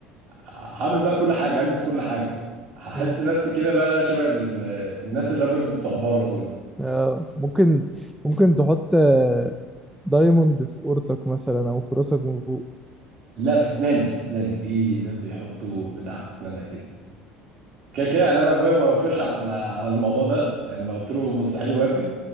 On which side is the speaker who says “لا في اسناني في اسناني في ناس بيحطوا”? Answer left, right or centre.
Right